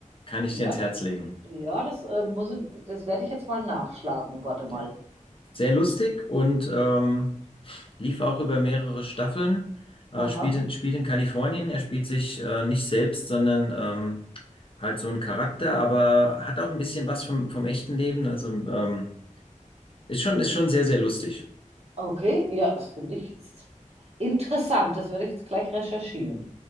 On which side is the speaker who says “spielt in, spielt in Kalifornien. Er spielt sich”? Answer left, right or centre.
Left